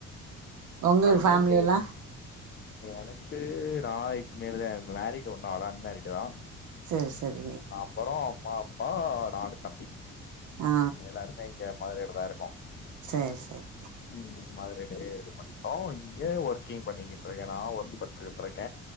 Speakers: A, on the right; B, on the left.
A: உங்களுக்கு
B: பைய
A: ஃபேமிலில்லா
B: இங்க எனக்கு நா இனிமேலு தா மேரிடு ஒன்னு ஆகல அன்மேரிடு தா
A: சேரி சேரி
B: அப்பற பாப்பா நானு தம்பி
A: ஆ
B: எல்லாருமே கேம் ஆடிட்டு தா இருக்கோ
A: சரி சரி
B: ம் மாதிரி இது பண்டோ இங்க ஒர்க்கிங் பண்ணிக்கிட்டு இருக்கே நா ஒர்க் பட்டுகிட் இருக்க